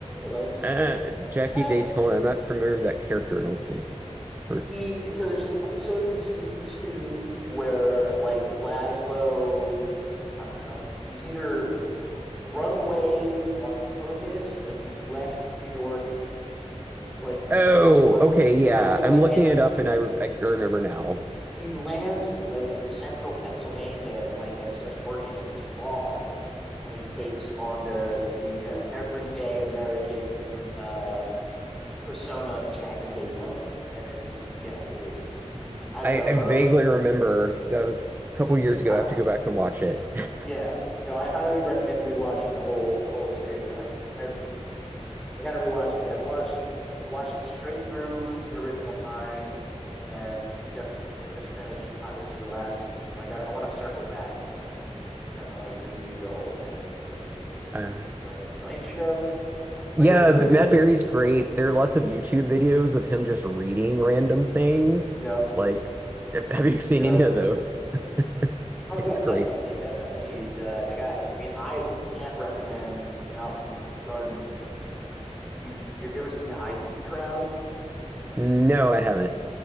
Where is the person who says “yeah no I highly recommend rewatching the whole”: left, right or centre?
Centre